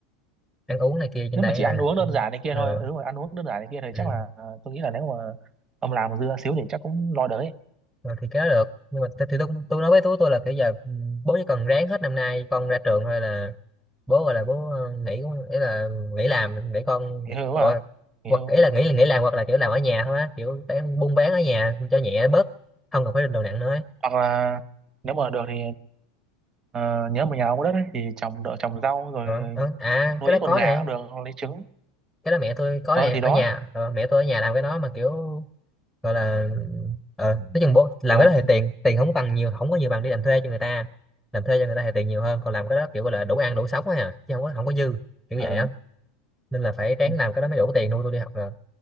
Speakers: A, in the centre; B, on the right.
A: ăn uống này kia trên
B: nếu
A: đây
B: mà chỉ
A: à
B: ăn uống đơn giản này kia
A: ờ
B: thôi nếu mà ăn uống đơn giản này kia thì
A: ừ.
B: chắc là ờ, tôi nghĩ là nếu mà ông làm dưa xíu thì chắc cũng lo đấy
A: Ờ, thì cái đó được nhưng mà t- thì tôi tôi nói với tú tôi là kiểu giờ ừ, bố chỉ cần ráng hết năm nay con ra trường thôi là bố gọi là bố ờ, nghỉ cũng ý là nghỉ làm để con
B: nghỉ hưu
A: hoặc,
B: hả nghỉ
A: hoặc
B: hưu
A: ý
B: hả?
A: là nghỉ là nghỉ làm hoặc là kiểu làm ở nhà thôi á kiểu bán buôn bán ở nhà cho nhẹ bớt không cần phải đồ nặng nữa ấy.
B: hoặc là nếu mà được thì ờ, nhớ mà nhà ông có đất ấy, thì trồng đỡ trồng rau rồi
A: Ờ, ờ. à
B: nuôi
A: cái đó
B: ít con
A: có
B: gà
A: nè
B: cũng được hoặc lấy trứng
A: cái đó mẹ tôi có
B: ờ
A: nè
B: thì đó
A: ở nhà ờ, mẹ tôi ở nhà làm cái đó mà kiểu gọi là ờ, nói chung bố làm
B: Thì là
A: cái đó thì tiền tiền không bằng nhiều không có nhiều bằng đi làm thuê cho người ta làm thuê cho người ta thì tiền nhiều hơn còn làm cái đó kiểu gọi là đủ ăn đủ sống á à, chứ không có không có dư kiểu
B: ờ,
A: vậy á nên là phải ráng
B: ừ,
A: làm cái đó mới đủ tiền nuôi tôi đi học rồi